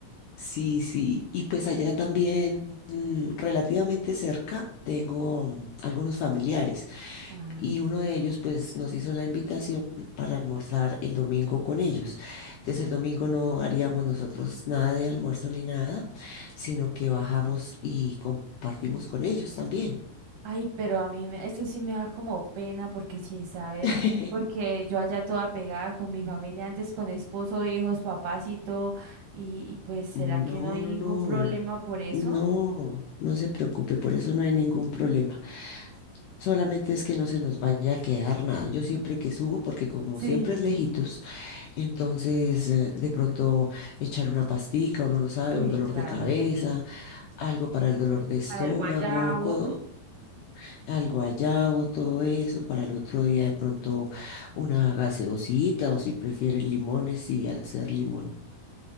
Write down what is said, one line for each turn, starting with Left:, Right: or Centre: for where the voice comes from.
Left: Sí, sí, y pues allá también mm, relativamente cerca tengo mm, algunos familiares.
Right: Ah.
Left: y uno de ellos pues nos hizo la invitación para almorzar el domingo con ellos. Entonces el domingo no haríamos nosotros nada de almuerzo ni nada, sino que bajamos y compartimos con ellos también.
Right: Ay, pero a mí me- eso sí me da como pena porque sin saber,
Left: <laughs>
Right: porque yo allá toda pegada con mi familia antes, con esposo, hijos, papás y todo, y, y pues ¿será
Left: No,
Right: que no hay
Left: no,
Right: ningún
Left: no,
Right: problema por eso?
Left: no, no se preocupe, por eso no hay ningún problema. Solamente es que no se nos vaya a quedar nada. Yo siempre que subo, porque como
Right: Sí,
Left: siempre es lejitos,
Right: <laughs>
Left: entonces eh, de pronto echar una pastica, uno no sabe,
Right: sí,
Left: un dolor
Right: claro.
Left: de cabeza algo para el dolor de estómago,
Right: Para el guayabo.
Left: co- algo allá o todo eso, para el otro día de pronto una gaseosita o si prefieres limones y hacer limón.